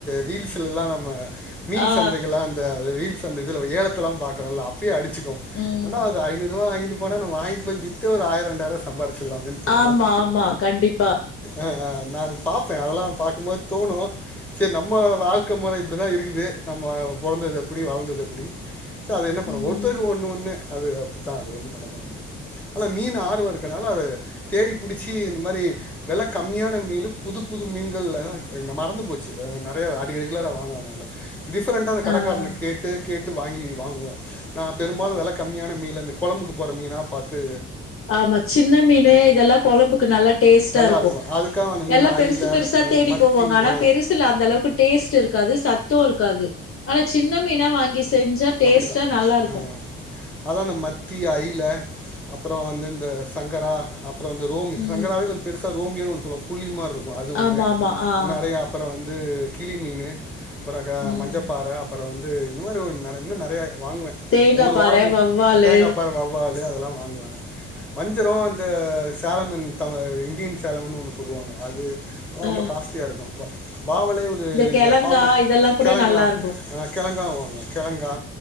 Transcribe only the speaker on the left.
ஆ
ம்
ஆமா ஆமா கண்டிப்பா
ம்
ஆ
ஆமா சின்ன மீனு இதெல்லா கொழம்புக்கு நல்லா டேஸ்ட்டா
இருக்கூ
எல்லா
பெருசு பெருசா
தேடி
போவாங்க ஆனா
பெருசில்ல அந்த அளவுக்கு டேஸ்ட்டு இருக்காது சத்து இருக்காது ஆனா சின்ன மீனா வாங்கி செஞ்சா டேஸ்ட்டா
நல்லா இருக்கு
ம்
ஆமா ஆமா ஆ
ம்
தேங்கா
பாற
வவ்வாலு
அ
கெழங்கா
இதெல்லா கூட
நல்லா இருக்கு